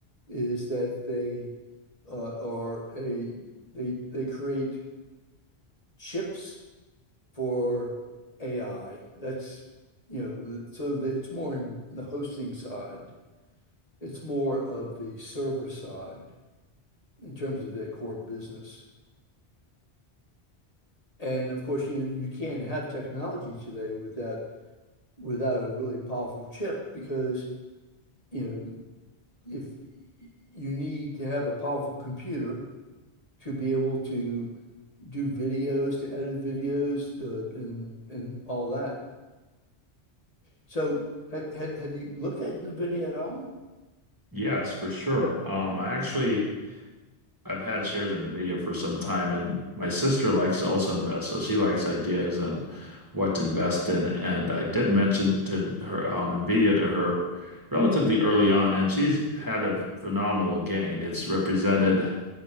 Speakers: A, on the left; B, on the right.
A: is that they uh, are a they they create chips for AI. That's you know, the- so that it's more in the hosting side. It's more of the server side in terms of their core business. And of course, you know, you can't have technology today without without a really powerful chip because, you know, if you need to have a powerful computer to be able to do videos, to edit videos, uh, and and all that. So have, have have you looked at NVIDIA at all?
B: Yes, for sure. Um, I actually I've had shares in NVIDIA for some time, and my sister likes to also invest, so she likes ideas on what to invest in. And I did mention to her um, NVIDIA to her relatively early on, and she's had a phenomenal gain. It's represented